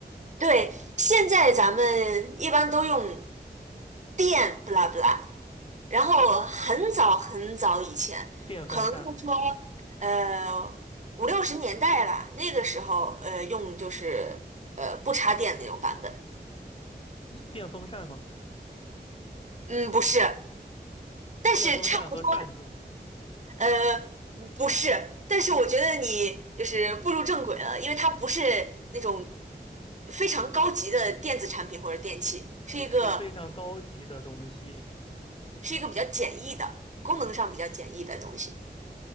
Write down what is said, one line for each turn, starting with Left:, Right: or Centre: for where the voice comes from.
Right: 对，现在咱们一般都用电，不拉不拉。然后很早很早以前，
Left: 电风扇？
Right: 可能就说呃五六十年代吧，那个时候呃用就是呃不插电那种版本。
Left: 嗯电风扇吗？
Right: 嗯，不是，但是差。
Left: 电风扇和扇子
Right: 不多。呃，不是，但是我觉得你就是步入正轨了，因为它不是那种非常高级的电子产品或者电器，
Left: 不是非常高级的东西。
Right: 是一个是一个比较简易的，功能上比较简易的东西。